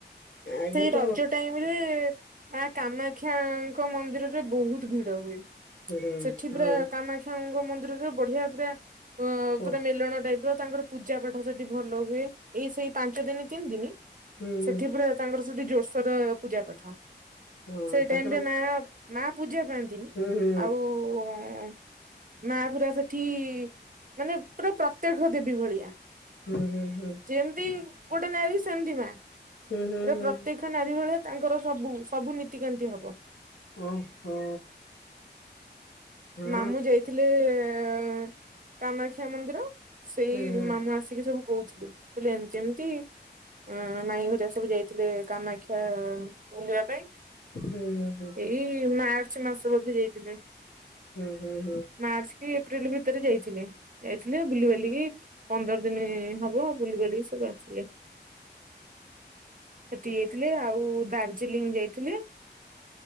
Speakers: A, on the left; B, on the right.
A: ଆଗେ
B: ସେଇ
A: ତ
B: ରଜଟା ରେ ମା କାମାକ୍ଷାଙ୍କ ମନ୍ଦିରରେ ବହୁତ ଭିଡ ହୁଏ।
A: ହଁ
B: ସେଠିପୁରା କାମାଖି ଙ୍ଗ ମନ୍ଦିରରେ ବଢିଆ ପୁରା ଅ
A: ହୁଁ
B: ପୁରା ମେଲଣ ଟାଇପ ର ତାଙ୍କର ପୂଜାପାଠ ସେଠି ଭଲ ହୁଏ ଏଇ ସେଇ ପାଞ୍ଚ ଦିନି ତିନି ଦିନି
A: ହୁଁ
B: ସେଠି ପୁରା ତାଙ୍କର ସେଠି ଜୋରସୋର ପୂଜା ପାଠ
A: ହଁ
B: ସେଇ
A: ତାଙ୍କର
B: ଟାଇମ ରେ ମା ମା ପୂଜା ପାଆନ୍ତି ନ୍ତିନି
A: ହୁଁ ହୁଁ
B: ଆଉ ଉ ମା ପୁରା ସେଠି ମାନେ ପୁରା ପ୍ରତ୍ୟକ ଦେବି ଭଳିଆ।
A: ହୁଁ। ହୁଁ
B: ଯେମତି ଗୋଟେ ନାଇଁକି ସେମିତି ମା ପୁରା
A: ହୁଁ ହୁଁ ହୁଁ ହୁଁ
B: ପ୍ରତ୍ୟକ୍ଷ ନାରୀ ଭଳିଆ ତାଙ୍କର ସବୁ ସବୁ ନୀତିକାନ୍ତି ହବ।
A: ଓ ହୋ। ହଁ
B: ମାମୁଁ ଯାଇଥିଲେ ଏ ଏ, କାମାକ୍ଷା ମନ୍ଦିର। ସେଇ
A: ହୁଁ ହୁଁ
B: ମାମୁଁ ଆସିକି ସବୁ କହୁଥିଲେ, କହିଲେ ଏମତି ଏମିତି। ଅଁ, ମାଇଁ ଘରିଆ ସବୁ ଯାଇଥିଲେ, କାମାକ୍ଷା ବୁଲିବା ପାଇଁ।
A: ବୁଲିବା
B: ଏଇ ଇ, ମାର୍ଚ୍ଚ ମାସ ବୋଧେ ଯାଇଥିଲେ।
A: ହୁଁ ହୁଁ ହୁଁ।
B: ମାର୍ଚ୍ଚ କି ଏପ୍ରିଲ ଭିତରେ ଯାଇଥିଲେ, ଯାଇଥିଲେ, ବୁଲିିବାଲିିକି ପନ୍ଦର ଦିନି ହବ ଅ ବୁଲି ବାଲିକି ସବୁ ଆସିଲେ, ସେଟି ଥିଲେ, ଆଉ ଦାର୍ଜିଲିଂ ଯାଇଥିଲେ,